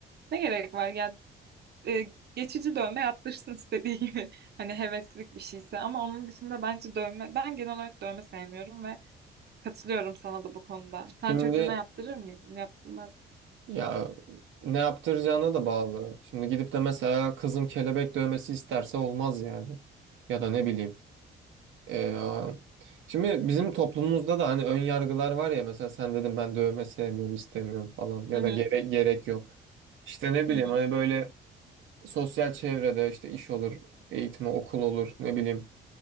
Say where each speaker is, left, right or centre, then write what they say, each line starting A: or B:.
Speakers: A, on the right; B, on the right.
A: Ne gerek var? Ya e, geçici dövme yaptırsın istediği gibi. <laughs> Hani heveslik bir şeyse ama onun dışında bence dövme ben genel olarak dövme sevmiyorum ve katılıyorum sana da bu konuda. Sen
B: Şimdi
A: çocuğuna yaptırır mıydın? Yaptırmaz.
B: ya ne yaptıracağına da bağlı. Şimdi gidip de mesela kızım kelebek dövmesi isterse olmaz yani ya da ne bileyim. Ee, şimdi bizim toplumumuzda da hani ön yargılar var ya mesela sen dedim ben dövme sevmiyorum istemiyorum falan ya
A: Hı hı,
B: da gere gerek yok. İşte ne bileyim
A: hı hı,
B: hani böyle sosyal çevrede işte iş olur, eğitim okul olur ne bileyim.